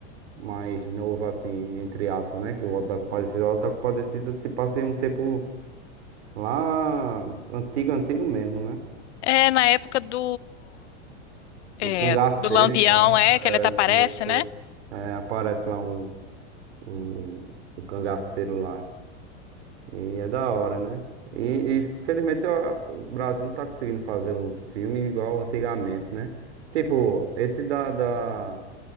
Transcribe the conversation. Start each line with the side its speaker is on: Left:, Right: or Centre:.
Right: mais novo, assim, entre aspas, né? Que o Auto da Compadecida. O Auto da Compadecida se passa em um tempo lá antigo, antigo mesmo, né?
Left: É, na época do, é,
Right: Dos cangaceiros
Left: do Lampião,
Right: e tal.
Left: é, que ele
Right: É,
Left: até
Right: dos
Left: aparece,
Right: cangaceiros.
Left: né?
Right: É, aparece lá um, um, um cangaceiro lá. E é da hora, né? E, e, felizmente ó, o Brasil não tá conseguindo fazer uns filmes igual antigamente, né? Tipo, esse da, da-